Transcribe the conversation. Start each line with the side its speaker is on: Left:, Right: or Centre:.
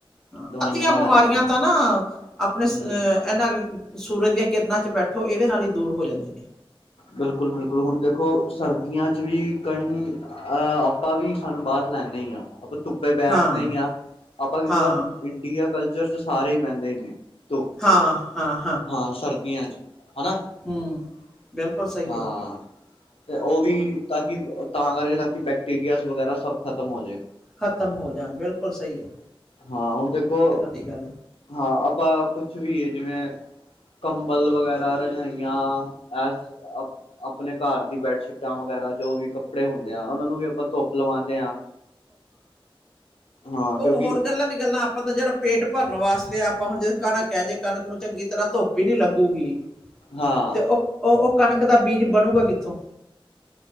Centre: ਹਾਂ
Left: ਦਵਾਈਆਂ
Centre: ਅੱਧੀਆਂ
Left: ਨਾ
Centre: ਬਿਮਾਰੀਆਂ
Left: ਲੈਣੀ ਪਏ
Centre: ਤਾਂ ਨਾ ਆਪਣੇ
Left: ਹਮ
Centre: ਇਹਨਾਂ ਸੂਰਜ ਦੀਆਂ ਕਿਰਨਾਂ 'ਚ ਬੈਠੋ ਇਹਦੇ ਨਾਲ ਹੀ ਦੂਰ ਹੋ ਜਾਂਦੀ ਨੇ।
Left: ਬਿਲਕੁਲ ਬਿਲਕੁਲ ਹੁਣ ਦੇਖੋ ਸਰਦੀਆਂ ਚ ਵੀ ਕਈ। ਅਹ ਆਪਾਂ ਵੀ ਸਾਨੂੰ ਸਨ ਬਾਥ ਲੈਣੇ ਹੀ ਆ ਆਪਾਂ ਧੁੱਪ। ਬੈਠਦੇ
Centre: ਹਾਂ,
Left: ਹੀ ਹ ਆਪਾਂ ਕਿ ਮਤਲਬ
Centre: ਹਾਂ,
Left: ਇੰਡੀਆ ਕਲਚਰ ਚ ਸਾਰੇ। ਪੈਂਦੇ ਹੀ ਨੇ ਧੁੱਪ ਚ
Centre: ਹਾਂ, ਹਾਂ,
Left: ਹਾਂ ਸਰਦੀਆਂ ਚ ਹਨਾ।
Centre: ਹਮ ਬਿਲਕੁਲ ਸਹੀ
Left: ਹਾਂ
Centre: ਹੈ।
Left: ਤੇ ਉਹ ਵੀ ਤਾਂ ਕਿ ਤਾਂ ਕਰਕੇ ਤਾਂ ਕਿ ਬੈਕਟੀਰੀਆ ਵਗੈਰਾ ਸਭ ਖ਼ਤਮ ਹੋ ਜਾਵੇ।
Centre: ਖ਼ਤਮ ਹੋ ਜਾਣ ਬਿਲਕੁਲ ਸਹੀ ਹੈ।
Left: ਹਾਂ ਹੁਣ ਦੇਖੋ।
Centre: ਵ ਗੱਲ।
Left: ਹਾਂ ਆਪਾਂ ਕੁਛ ਵੀ ਹੈ ਜਿਵੇਂ। ਕੰਬਲ ਵਗੈਰਾ ਰਜਾਈਆਂ ਐਸ। ਆਪਣੇ ਘਰ ਦੀ ਬੈਡਸ਼ੀਟਾਂ ਵਗੈਰਾ ਜੋ ਵੀ ਕੱਪੜੇ ਹੁੰਦੇ ਆ ਉਹਨਾਂ ਨੂੰ ਵੀ ਆਪਾਂ ਧੁੱਪ ਲਵਾਉਂਦੇ ਹਾਂ। ਹਾਂ ਕਿਉਂਕਿ
Centre: ਹੋਰ ਗੱਲਾਂ ਦੀ ਗੱਲਾਂ ਆਪਾਂ ਤਾਂ ਜਿਹੜਾ ਪੇਟ ਭਰਨ ਵਾਸਤੇ ਆਪਾਂ ਹੁਣ ਜੇ ਕਣਕ ਹੈ ਜੇ ਕਣਕ ਨੂੰ ਚੰਗੀ ਤਰ੍ਹਾਂ ਧੁੱਪ ਹੀ ਨੀ ਲੱਗੂਗੀ।
Left: ਹਾਂ
Centre: ਤੇ ਉਹ ਕਣਕ ਦਾ ਬੀਜ ਬਣੂਗਾ ਕਿੱਥੋਂ